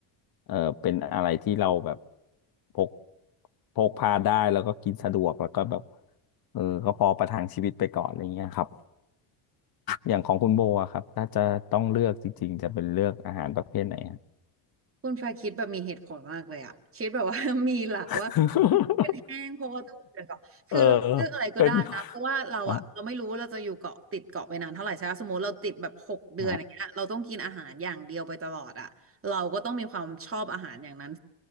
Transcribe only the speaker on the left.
เออเป็นอะไรที่เราแบบพกพกพาได้แล้วก็กินสะดวกแล้วก็แบบเออก็พอประทังชีวิตไปก่อนอะไรเงี้ยครับ อย่างของคุณโบอะครับถ้าจะต้องเลือกจริงๆจะเป็นเลือกอาหารประเภทไหนฮะ
<laughs>
เออเป็นอ๋อฮะ